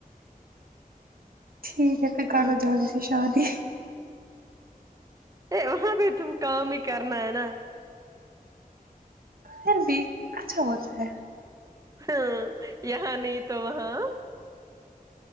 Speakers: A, on the right (about 75°); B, on the right (about 20°).
A: ٹھیک ہے پھر
B: ہاں
A: کرلو جلدی سے شادی
B: ا وہاں بھی تو کام ہی کرنا ہے نا
A: پھر بھی اچھا ہوتا ہے
B: ہاں یہاں نہیں تو وہاں